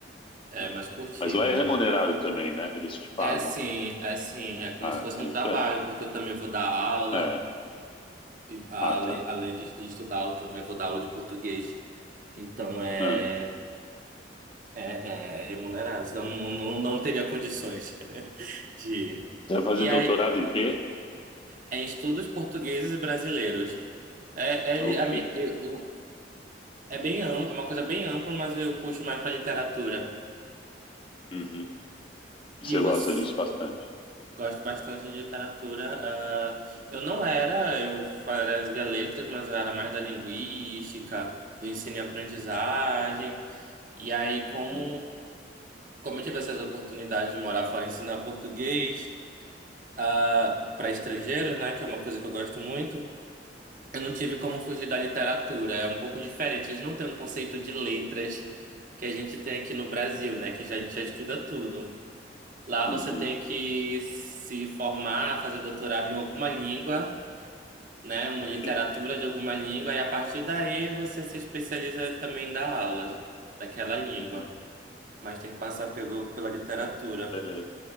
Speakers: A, on the right; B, on the left.
A: É
B: É.
A: mais curtinho,
B: Mas lá é
A: né?
B: remunerado também, né? Eles te pagam.
A: É sim, é sim. É como
B: Ah,
A: se fosse um
B: isso
A: trabalho,
B: é.
A: porque eu também vou dar aula.
B: É.
A: E, além,
B: Ah, tá.
A: além de estudar, eu também vou dar aula de português. Então é.
B: Ah.
A: É, é é remunerado, senão não, não, não teria condições <laughs> de.
B: Você vai fazer
A: E
B: doutorado
A: aí,
B: em quê?
A: é em estudos portugueses e brasileiros. É, é,
B: Ok.
A: li- a mi- eu- eu- é bem amplo, é uma coisa bem ampla, mas eu puxo mais para literatura.
B: Uhum. E
A: E
B: Você
A: você?
B: gosta disso bastante.
A: Gosto bastante de literatura. ah, eu não era, eu fazia letras, mas eu era mais da linguística, do ensino e aprendizagem. E aí, como,
B: Uhum.
A: como eu tive essas oportunidades de morar fora e ensinar português. ah, para estrangeiros, né? Que é uma coisa que eu gosto muito. Eu não tive como fugir da literatura. É um pouco diferente. Eles não têm um conceito de letras que a gente tem aqui no Brasil, né? Que já- a gente já estuda tudo. Lá
B: Uhum.
A: você tem que se formar, fazer doutorado em alguma língua, né? Uma
B: Ok.
A: literatura de alguma língua, e a partir daí você se especializa também em dar aulas daquela língua.
B: Uhum.
A: Mas tem que passar pelo, pela literatura.
B: Beleza.